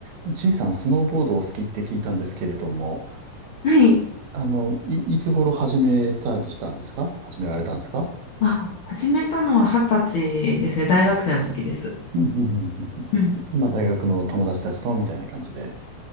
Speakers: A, on the right; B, on the left.
A: G さん、スノーボードをお好きって聞いたんですけれども、
B: はい。
A: あの、い、いつ頃始めたりしたんですか始められたんですか
B: あ、始めたのは二十歳ですね。大学生の時です。
A: うんうんうんうん
B: うん。
A: うん。まあ、大学の友達たちと、みたいな感じで。